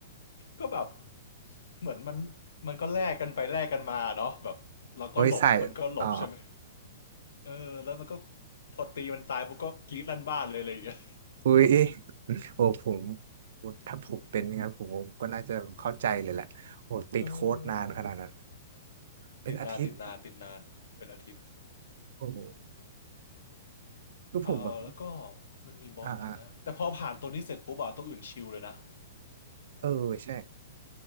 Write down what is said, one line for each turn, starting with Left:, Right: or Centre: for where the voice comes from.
Left: ก็แบบเหมือนมันมันก็แลกกันไปแลกกันมาเนาะแบบเราก็หลบมันก็หลบใช่ไหม
Right: โอ้ยใส่อ๋อ
Left: เออแล้วมันก็พอตีมันตายปุ๊บก็กรี๊ดลั่นบ้านเลยอะไรอย่างเงี้ย
Right: อุ้ยโอ้ผมผมถ้าผมเป็นอย่างนั้นผมก็น่าจะเข้าใจเลยแหละโอ้ติดโค้ดนานขนาดนั้น
Left: เออ
Right: เป็นอาทิตย์
Left: ติดนานติดนานติดนานเป็นอาทิตย์
Right: โอ้โหคือผมแบบ
Left: เออแล้วก็มันมีบอสอะไรนะแต่พอผ่านตัวนี้เสร็จปุ๊บอะตัวอื่นชิลเลยนะ
Right: อ่าอ่าเออใช่